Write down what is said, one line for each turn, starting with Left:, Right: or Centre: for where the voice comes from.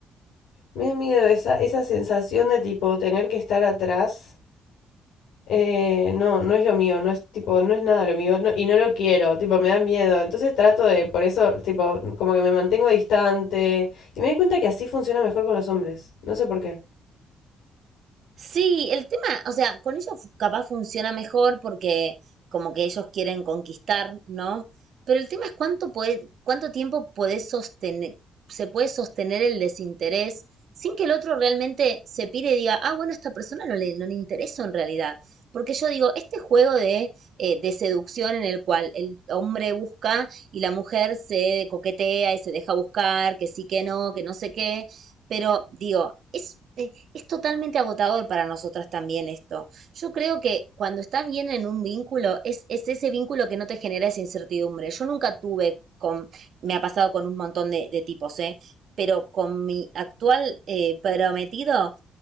Left: me da miedo esa, esa sensación de tipo tener que estar atrás. Eh, no, no es lo mío, no es tipo, no es nada lo mío, no- y no lo quiero, tipo, me da miedo. Entonces trato de, por eso, tipo, como que me mantengo distante. Y me doy cuenta que así funciona mejor con los hombres. No sé por qué.
Right: Sí, el tema, o sea, con ellos fu- capaz funciona mejor porque como que ellos quieren conquistar, ¿no? Pero el tema es cuánto puede, cuánto tiempo podés sostener, se puede sostener el desinterés sin que el otro realmente se pire y diga, ah, bueno, a esta persona no le, no le intereso en realidad. Porque yo digo, este juego de, eh, de seducción en el cual el hombre busca y la mujer se coquetea y se deja buscar, que sí, que no, que no sé qué, pero digo, es... eh, es totalmente agotador para nosotras también esto. Yo creo que cuando estás bien en un vínculo, es, es ese vínculo que no te genera esa incertidumbre. Yo nunca tuve con, me ha pasado con un montón de, de tipos, ¿eh? Pero con mi actual eh, prometido,